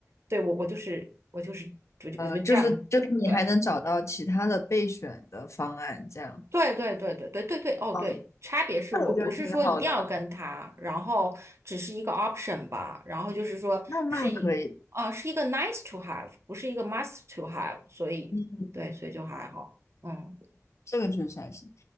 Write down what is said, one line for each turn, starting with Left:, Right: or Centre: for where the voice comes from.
Right: 对我我就是我就是我就我就这样对。
Left: 就是就是你还能找到其他的备选的方案，这样，
Right: 对对对对对对对，哦对，
Left: 哦，
Right: 差别是我不是说一定要跟他，
Left: 那我觉得挺好的了，
Right: 然后只是一个 option 吧，然后就是说是一，
Left: 那那可以，
Right: 哦，是一个 nice to have，不是一个 must to have，所以对，
Left: 嗯。
Right: 所以就还好，嗯
Left: 这个确实还行。